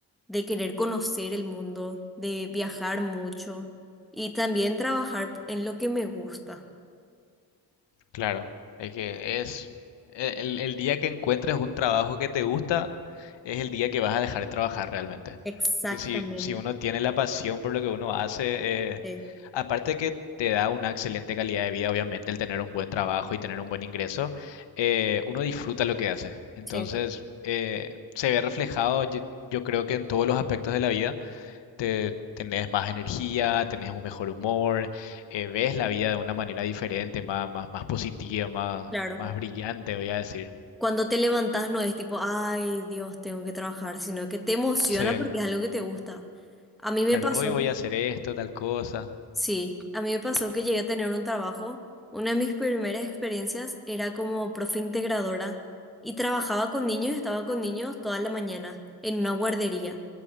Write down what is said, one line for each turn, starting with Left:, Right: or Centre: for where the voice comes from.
Centre: de querer conocer el mundo, de viajar mucho y también trabajar en lo que me gusta.
Left: Claro, es que es e- el, el día que encuentres un trabajo que te gusta, es el día que vas a dejar de trabajar realmente.
Centre: Exactamente.
Left: Porque si, si uno tiene la pasión por lo que uno hace, eh,
Centre: Sí,
Left: aparte que te da una excelente calidad de vida, obviamente, el tener un buen trabajo y tener un buen ingreso, eh, uno disfruta lo que hace. Entonces,
Centre: sí.
Left: eh, se ve reflejado, yo yo creo que en todos los aspectos de la vida te, tenés más energía, tenés un mejor humor, eh, ves la vida de una manera diferente, más, más, más positiva, más,
Centre: Claro.
Left: más brillante, voy a decir.
Centre: Cuando te levantas no es tipo, ay, Dios, tengo que trabajar, sino que te emociona
Left: Sí,
Centre: porque es algo que te gusta. A mí me
Left: claro,
Centre: pasó.
Left: hoy voy a hacer esto, tal cosa.
Centre: Sí, a mí me pasó que llegué a tener un trabajo. Una de mis primeras experiencias era como profe integradora y trabajaba con niños estaba con niños toda la mañana en una guardería.